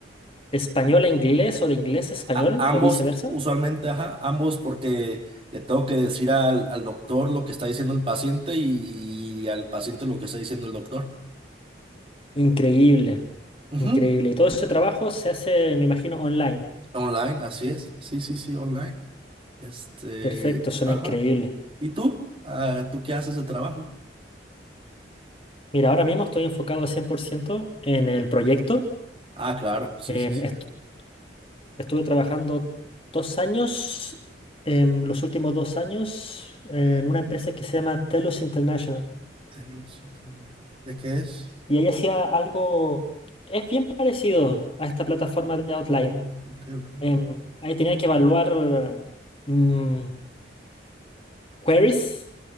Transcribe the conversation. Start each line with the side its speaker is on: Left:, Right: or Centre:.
Left: español a inglés o de inglés a español
Right: A- ambos,
Left: o viceversa.
Right: usualmente, ajá, ambos porque le tengo que decir al, al doctor lo que está diciendo el paciente y, al paciente lo que está diciendo el doctor.
Left: Increíble.
Right: Ujú,
Left: Increíble. Y todo ese trabajo se hace, me imagino, online.
Right: Online, así es. Sí, sí, sí, online. Este,
Left: Perfecto, suena
Right: ajá.
Left: increíble.
Right: ¿Y tú? Ah, ¿tú qué haces de trabajo?
Left: Mira, ahora mismo estoy enfocado 100% en el proyecto.
Right: Ah, claro, sí,
Left: Em,
Right: sí, sí.
Left: est- estuve trabajando dos años, em, los últimos dos años, en una empresa que se llama Telos International.
Right: De luz, ¿De qué es?
Left: Y ahí hacía algo, es bien parecido a esta plataforma de Outlier.
Right: Oh, ok, ok.
Left: Em, ahí tenía que evaluar mm, queries.